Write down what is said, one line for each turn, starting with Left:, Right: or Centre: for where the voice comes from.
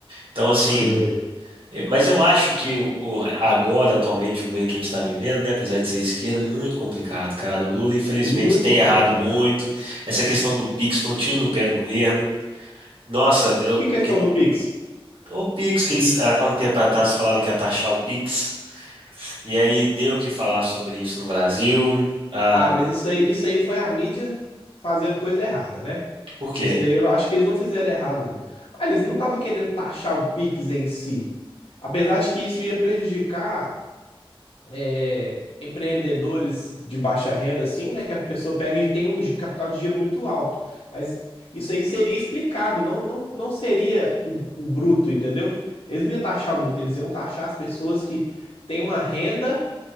Right: Então, assim.
Left: Foi
Right: Eu- Mas eu acho que o, o- agora, atualmente, o governo que a gente está vivendo, né, apesar de ser esquerda, muito complicado, cara. O Lula, infelizmente,
Left: muito
Right: tem
Left: complicado.
Right: errado muito. Essa questão do Pix foi um tiro no pé do governo. Nossa, eu-
Left: Que questão
Right: o que,
Left: do Pix?
Right: o Pix, que eles há há um tempo atrás falaram que ia taxar o Pix, e aí deu o que falar sobre isso no Brasil. Ah,
Left: Ah, mas isso aí, isso aí foi a mídia fazendo coisa errada, né?
Right: por quê?
Left: Isso daí eu não- acho que eles não fizeram errado, não. Ah, eles não estavam querendo taxar o Pix em si. Apesar de que isso ia prejudicar é, empreendedores de baixa renda, assim, né? Que a pessoa pega e tem um gi- capital de giro muito alto. Mas isso aí seria explicado, não, não, não seria o, o bruto, entendeu? Eles não iam taxar o bruto, eles iam taxar as pessoas que têm uma renda